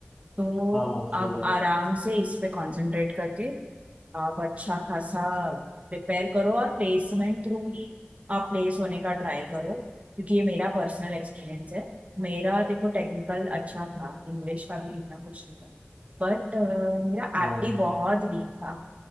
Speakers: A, on the right (about 35°); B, in the centre.
A: तो
B: हाँ सही
A: आप
B: बात
A: आराम से इस पे कंसंट्रेट करके आप अच्छा खासा प्रिपेयर करो और प्लेसमेंट थ्रू ही आप प्लेस होने का ट्राई करो क्योंकि ये मेरा पर्सनल एक्सपीरियंस है मेरा देखो टेक्निकल अच्छा था इंग्लिश का भी इतना कुछ नहीं था बट मेरा
B: हाँ
A: एप्टी बहुत वीक था